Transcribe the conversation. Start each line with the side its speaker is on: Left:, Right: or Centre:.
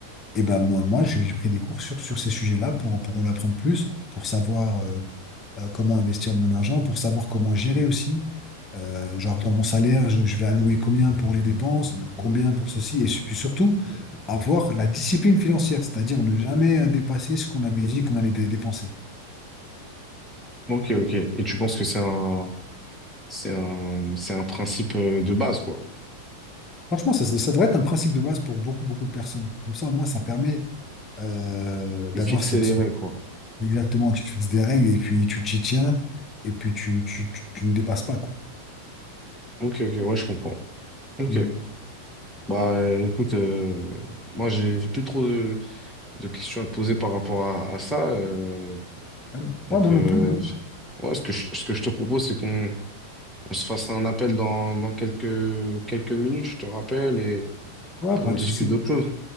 Left: Et ben moi, moi j'ai j'ai pris des cours sur, sur ces sujets-là pour, pour en apprendre plus, pour savoir euh, euh, comment investir mon argent, pour savoir comment gérer aussi. Euh, genre dans mon salaire, je, je vais allouer combien pour les dépenses, combien pour ceci, et puis surtout avoir la discipline financière, c'est-à-dire ne jamais euh, dépasser ce qu'on avait dit qu'on allait dé- dépenser.
Centre: Ok, ok. Et tu penses que c'est un, c'est un, c'est un principe euh, de base, quoi.
Left: Franchement, ça, ça devrait être un principe de base pour beaucoup, beaucoup de personnes. Comme ça, moi, ça permet euh, d'avoir
Centre: Le fixer
Left: cette...
Centre: les règles, quoi.
Left: Exactement, tu te fixes des règles et puis tu t'y tiens et puis tu, tu, tu, tu ne dépasses pas. quoi.
Centre: Ok, ok, ouais, je comprends. Ok.
Left: Mm.
Centre: Bah euh, écoute, euh, moi j'ai j'ai plus trop de, de questions à te poser par rapport à, à ça. euh,
Left: Ah non.
Centre: donc
Left: Ouais, moi
Centre: euh,
Left: non plus. je-
Centre: ouais, ce que je, ce que je te propose, c'est qu'on on se fasse un appel dans, dans quelques quelques minutes, je te rappelle, et
Left: Ouais,
Centre: puis
Left: pas
Centre: on discute
Left: de souci.
Centre: d'autre chose.